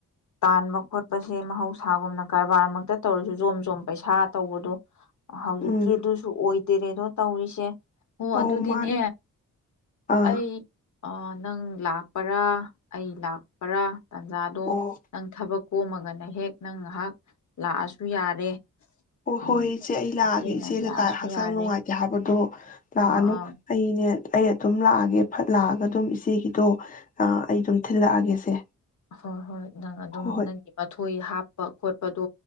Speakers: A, on the left (about 60°); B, on the left (about 25°).
A: ꯇꯥꯟꯕ ꯈꯣꯠꯄꯁꯦ ꯃꯍꯧꯁꯥꯒꯨꯝꯅ ꯀꯔꯕꯥꯔꯃꯛꯇ ꯇꯧꯔꯁꯨ ꯖꯣꯝ ꯖꯣꯝ ꯄꯩꯁꯥ ꯇꯧꯕꯗꯨ ꯍꯧꯖꯤꯛꯇꯤ
B: ꯎꯝ
A: ꯑꯗꯨꯁꯨ ꯑꯣꯏ ꯗꯔꯦꯗꯣ ꯇꯧꯔꯤꯁꯦ ꯑꯣ
B: ꯑꯧ
A: ꯑꯗꯨꯗꯤꯅꯦ
B: ꯃꯥꯅꯤ ꯑꯥ
A: ꯑꯩ ꯑ ꯅꯪ ꯂꯥꯛꯄꯔꯥ ꯑꯩ ꯂꯥꯛ ꯄꯔ꯭ ꯇꯥꯟꯖꯥꯗꯣ
B: ꯑꯣ
A: ꯅꯪ ꯊꯕꯛ ꯀꯣꯝꯃꯒꯅ ꯍꯦꯛ ꯅꯪ ꯉꯥꯏꯍꯥꯛ ꯂꯥꯛꯑꯁꯨ ꯌꯥꯔꯦ
B: ꯍꯣꯏ
A: ꯎꯝ
B: ꯍꯣꯏ ꯏꯆꯦ ꯑꯩ ꯂꯥꯛꯑꯒꯦ
A: ꯏꯆꯦꯅ
B: ꯏꯆꯦ
A: ꯂꯥꯛꯑꯁꯨ
B: ꯀꯩꯀꯥ ꯍꯛꯆꯥꯡ
A: ꯌꯥꯔꯦ
B: ꯅꯨꯡꯉꯥꯏꯇꯦ ꯍꯥꯏꯕꯗꯣ ꯂꯥꯛꯑꯅꯨ
A: ꯑꯥ
B: ꯑꯩꯅꯦ ꯑꯩ ꯑꯗꯨꯝ ꯂꯥꯛꯑꯒꯦ ꯐꯠ ꯂꯥꯛꯑꯒ ꯑꯗꯨꯝ ꯏꯆꯦꯒꯤꯗꯣ ꯑꯩ ꯑꯗꯨꯝ ꯊꯤꯜꯂꯛꯑꯒꯦꯁꯦ
A: ꯍꯣꯏ ꯍꯣꯏ ꯅꯪ ꯑꯗꯨꯝ
B: ꯍꯣꯏ ꯍꯣꯏ
A: ꯅꯪꯒꯤ ꯃꯊꯣꯏ ꯍꯥꯞ ꯍꯥꯞꯄ ꯈꯣꯠꯄꯗꯣ